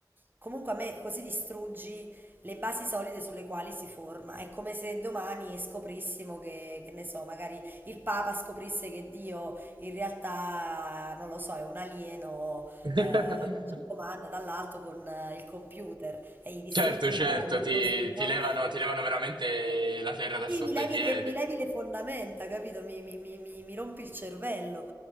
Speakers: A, on the right; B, on the right.
A: comunque a me così distruggi le basi solide sulle quali si forma. È come se domani scoprissimo che, che ne so, magari il Papa scoprisse che Dio in realtà, non lo so, è un alieno
B: <laughs>
A: eh, che ci comanda dall'alto con eh, il computer e gli distruggi
B: Certo,
A: un
B: certo,
A: mondo
B: ti,
A: così,
B: ti
A: no?
B: levano, ti levano veramente la terra da
A: Sì,
B: sotto
A: mi levi
B: ai piedi.
A: le, mi levi le fondamenta, capito? Mi, mi- mi- mi- mi rompi il cervello.